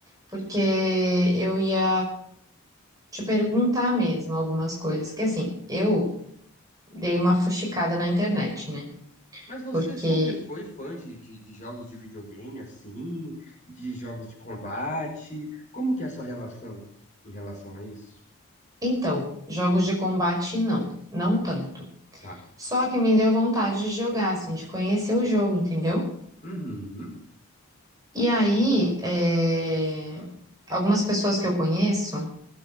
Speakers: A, on the right (about 15°); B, on the left (about 35°).
A: porque eu ia te perguntar mesmo algumas coisas. Que assim, eu dei uma fuxicada na internet, né?
B: Mas você
A: Porque,
B: sempre foi fã de, de, de jogos de videogame, assim, de jogos de combate? Como que é a sua relação em relação a isso?
A: então, jogos de combate não, não tanto.
B: Tá.
A: Só que me deu vontade de jogar, assim, de conhecer o jogo, entendeu?
B: Uhum.
A: E aí, é, algumas pessoas que eu conheço.